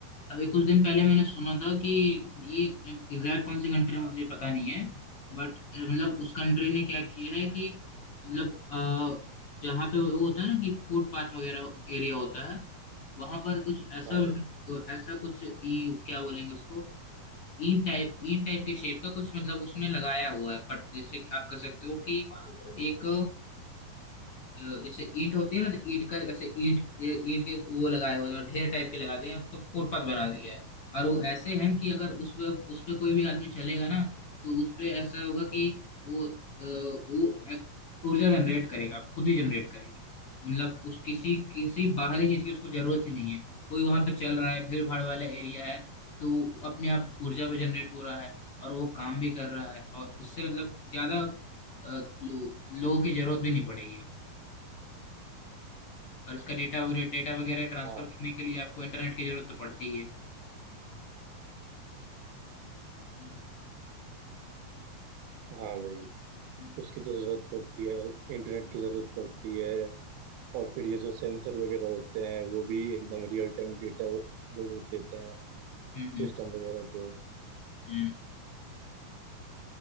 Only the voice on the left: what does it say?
अभी कुछ दिन पहले मैंने सुना था कि ये एग्जैक्ट कौन सी कंट्री है, मुझे पता नहीं है बट मतलब उस कंट्री ने क्या किया है कि मतलब अ, जहाँ पे वो होता है ना कि फुटपाथ वगैरह एरिया होता है वहां पर कुछ ऐसा
ऐसा कुछ ई क्या बोलेंगे उसको ईंट टाइप ईंट टाइप के शेप का कुछ मतलब उसमें लगाया हुआ है पट जैसे कि आप कह सकते हो कि एक जो जैसे ईंट होती है ना तो ईंट का ऐसे ईंट ईंट के वो लगाए हुए जो ढेर टाइप के लगाते हैं उसको फुटपाथ बना दिया है और वो ऐसे हैं कि अगर उस पे उस पे कोई भी आदमी चलेगा ना तो उस पे ऐसा होगा कि वो अ, वो एक ऊर्जा जनरेट करेगा खुद ही जनरेट करेगा मतलब उस किसी किसी बाहरी चीज की उसको जरूरत ही नहीं है कोई वहां पे चल रहा है भीड़ भाड़ वाला एरिया है तो वो अपने आप ऊर्जा भी जनरेट हो रहा है और वो काम भी कर रहा है और उससे मतलब ज्यादा अ, लो, लोगों की जरूरत भी नहीं पड़ेगी और इसका डेटा वगैरह डेटा वगैरह ट्रांसफर
करने के लिए आपको इंटरनेट की जरूरत तो पड़ती ही है हम्म
हम्म
हम्म
हम्म